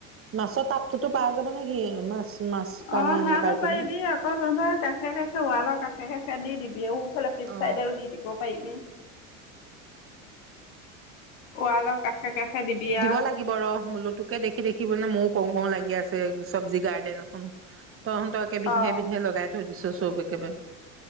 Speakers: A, on the right; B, on the left.
A: মাছৰ তাপটোতো প যাব নে কি মাছ মাছ কাৰণে
B: অ সেহটো
A: নে কাৰ্টুনৰ?
B: পাৰিবি অকৌ তহধৰ কাষে কাষে ওৱালৰ কাষে কাষে কাষে দি দিবি আও সিফালে পিছ
A: অ
B: চাইটেও দি দিব পাৰিবি ৱালৰ কাষে কাষে দিবি আৰু
A: দিব লাগিব ৰ বোলো তোকে দেখি দেখি বোলো মোক কও কও লাগি আছে চব্জি গাৰ্ডেন উম তহঁতকে বিধে
B: অঁ
A: বিধে লগাই থৈ দিছছোন চ'ব একেবাৰে